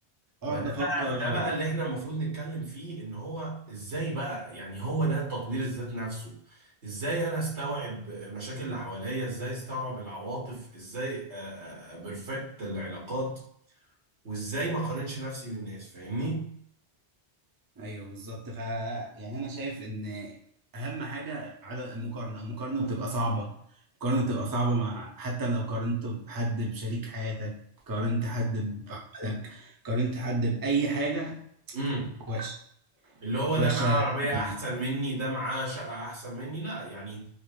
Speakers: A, on the right (about 20°); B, on the right (about 80°).
A: اقعد
B: ما ده
A: افكر
B: بقى ده بقى
A: و...
B: اللي احنا المفروض نتكلم فيه ان هو ازاي بقى يعني هو ده تطوير الذات نفسه ازاي انا استوعب مشاكل اللي حواليا ازاي استوعب العواطف ازاي بيرفكت العلاقات وازاي ما اقارنش نفسي بالناس فاهمني
A: ايوه بالظبط ف يعني انا شايف ان اهم حاجه عدد المقارنه المقارنه بتبقى صعبه المقارنه بتبقى صعبه مع حتى لو قارنت بحد بشريك حياتك قارنت حد بعملك قارنت حد باي حاجه
B: بالظبط
A: وحشه
B: اللي هو
A: وحشه
B: ده معاه عربية
A: جداً.
B: أحسن مني ده معاه شقة أحسن مني لا يعني